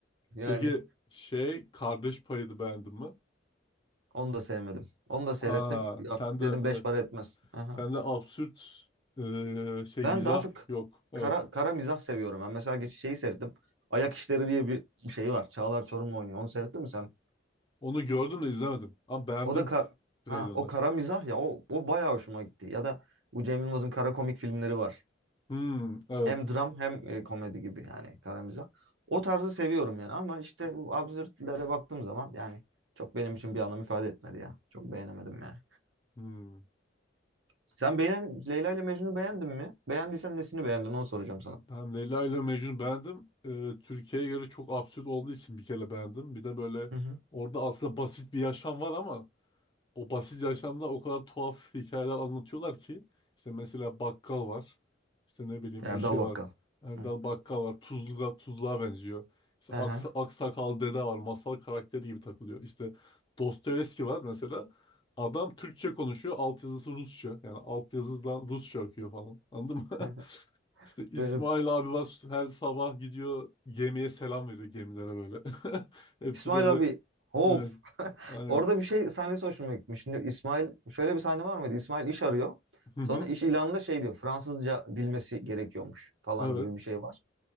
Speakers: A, on the right; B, on the left.
A: Yani
B: Peki şey Kardeş Payı'nı beğendin mi?
A: onu da sevmedim. Onu da seyrettim.
B: Aa,
A: Yok,
B: sen
A: dedim
B: de evet.
A: beş para etmez. Aha.
B: Sende absürt eee, şey
A: Ben
B: mizah
A: daha çok
B: yok. Evet.
A: kara, kara mizah seviyorum. Ben mesela geç şeyi seyrettim. Ayak İşleri diye bir şey var. Çağlar Çorumlu oynuyor. Onu seyrettin mi sen?
B: Onu gördüm de izlemedim. Ama beğendim
A: O da kar
B: t- trailerını.
A: ha o kara mizah ya o o bayağı hoşuma gitti. Ya da bu Cem Yılmaz'ın kara komik filmleri var.
B: Hmm, evet.
A: Hem dram hem e, komedi gibi yani kara mizah. O tarzı seviyorum yani ama işte bu absürtlere baktığım zaman yani çok benim için bir anlam ifade etmedi ya. Çok beğenemedim yani.
B: Hmm.
A: Sen beğen Leyla ile Mecnun'u beğendin mi? Beğendiysen nesini beğendin onu soracağım sana.
B: Ben Leyla ile Mecnun beğendim. Ee, Türkiye'ye göre çok absürt olduğu için bir kere beğendim. Bir de böyle
A: Hı hı.
B: orada aslında basit bir yaşam var ama O basit yaşamda o kadar tuhaf hikayeler anlatıyorlar ki işte mesela bakkal var. İşte ne bileyim
A: Erdal
B: o şey
A: Bakkal.
B: var. Erdal
A: Hı.
B: Bakkal var. Tuzluğa, tuzluğa benziyor. İşte
A: Hı
B: aksa,
A: hı.
B: aksakal dede var. Masal karakteri gibi takılıyor. İşte Dostoyevski var mesela. Adam Türkçe konuşuyor. Altyazısı Rusça. Yani altyazıdan Rusça akıyor falan. Anladın mı?
A: <laughs>
B: <laughs> İşte İsmail
A: Ee,
B: abi var. Her sabah gidiyor gemiye selam veriyor gemilere böyle. <laughs> Hepsi
A: İsmail
B: böyle.
A: abi hop.
B: Evet.
A: <laughs>
B: Aynen.
A: Orada bir şey sahnesi hoşuma gitmiş. Şimdi İsmail şöyle bir sahne var mıydı? İsmail iş arıyor.
B: Hı hı.
A: Sonra iş ilanında şey diyor. Fransızca bilmesi gerekiyormuş falan
B: Evet.
A: gibi bir şey var.